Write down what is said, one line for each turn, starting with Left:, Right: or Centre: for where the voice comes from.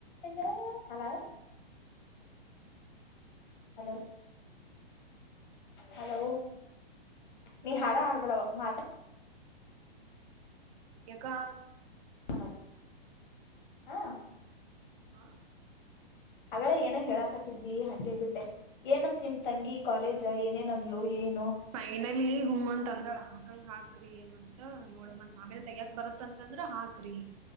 Left: ಹ್ಮ ಅಲ hello hello ನೀ ಹಾಡ ಹಡ್ಬಡವ ಮಾತಾ
Right: ಎಕ್ಕಾ
Left: ಹ ಹಾ
Right: ಹಾ
Left: ಅಗಳ ಏನ ಹೇಳಾಕತಿದಿ ಹಂಗೆ ಬಿಟ್ಟೆ ಏನಂತ ನಿಮ್ ತಂಗಿ ಕಾಲೇಜ ಏನೇನಂದ್ಲು ಏನ್
Right: ಫೈನಲಿ ಹೂ ಅಂತ ಅಂದಾಳ ಹಾಕಂಗ ಹಾಕ್ ಕ್ರಿ ಮತ್ತತ್ ನೋಡ ಮತ್ ಆಮೇಲೆ ತಗಯಕ್ ಬರತ್ತ ಅಂತಂದ್ರ ಹಾಕ ತ್ರಿ